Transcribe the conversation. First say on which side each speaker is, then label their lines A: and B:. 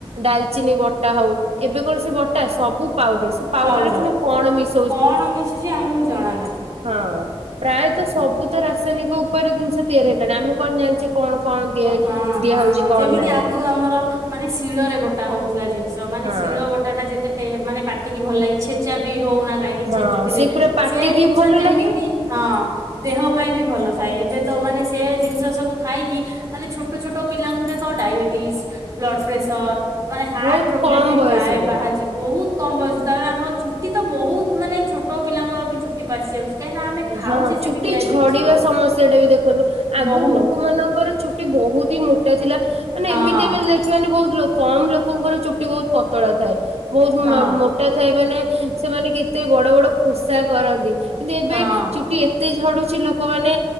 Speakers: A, on the right (about 80°); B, on the right (about 35°).
A: ଡାଲଚିନି ବଟା ହଉ ଏବେ କୌଣସି ବଟା ସବୁ ପାଉଡର ପାଉଡରରେ
B: ପାଉଡର
A: ପୁଣି କଣ ମିଶ
B: କଣ ମିଶୁଛି ଆମକୁ ଜଣା ନାହିଁ।
A: ହଁ ପ୍ରାୟତଃ ସବୁ ତ ରାସାୟନିକ ଉପରେ ଜିନିଷ ତିଆରି ହେଇଲାଣି ଆମେ କଣ ଜାଣିଛେ କଣ କଣ? ଦିଆ
B: ହଁ
A: ଦିଆ
B: ହଁ
A: ହଉଛି କଣ
B: ଯେମିତି
A: ନାହିଁ
B: ଆଗରୁ ଆମର ମାନେ ଶିଳରେ ବଟା ହଉଥିଲା ଜିନିଷ ମାନେ
A: ହଁ
B: ଶିଳ ବାଟା ଟା ଯେତେ ଟେ ମାନେ ପାଟିକି ଭଲ ଲାଗେ ଛେଚା ବି ହଉନା
A: ହଁ
B: ଛେଚୁଥିଲେ
A: ସେ ପୁରା ପାଟିକି
B: ସେ ଜିନିଷ
A: ଭଲ
B: ଯେମିତି
A: ଲାଗେ
B: ହଁ। ଦେହ ପାଇଁ ବି ଭଲ ଥାଏ ଏବେ ତ ମାନେ ସେ ଜିନିଷ ସବୁ ଖାଇକି ମାନେ ଛୋଟ ଛୋଟ ପିଲାଙ୍କୁ ଦେଖ ଡାଇବେଟିସ ବ୍ଲଡ ପ୍ରେସର। ମାନେ ହାର୍ଟ
A: ବହୁତ
B: ପ୍ରୋବ୍ଲେମ
A: କମ
B: ବି
A: ବୟସରୁ
B: ପ୍ରାୟ ବାହାରିଛି ବହୁତ କମ ବୟସ ତାପରେ ଆମ ଛୁଟି ତ ବହୁତ ମାନେ ଛୋଟ ପିଲାଙ୍କର ବି ଛୁଟି ପଚି ଯାଉଛି। କାହିଁକି ନା ଆମେ ଖାଉଛେ
A: ହଁ
B: ସେମିତିଆ
A: ଚୁଟି ଝଡିବା
B: ଜିନିଷ
A: ସମସ୍ୟା ଟା ବି ଦେଖନ୍ତୁ ଆଗରୁ
B: ବହୁତ
A: ଲୋକମାନଙ୍କର ଚୁ ବହୁତ ହି ମୋଟା ଥିଲା ମାନେ
B: ହଁ
A: ଏମିତି ମାନେ ବହୁତ ଲୋ କମ ଲୋକଙ୍କର ଚୁଟି ବହୁତ ପତଳା ଥାଏ ବହୁତ
B: ହଁ
A: ମୋ ଟ ଥାଏ ମାନେ ସେମାନେ କେତେ ବଡ ବଡ ଖୋସା କରନ୍ତି କିନ୍ତୁ ଏବେ
B: ହଁ।
A: ଏତେ ଝଡୁଛି ଲୋକମାନେ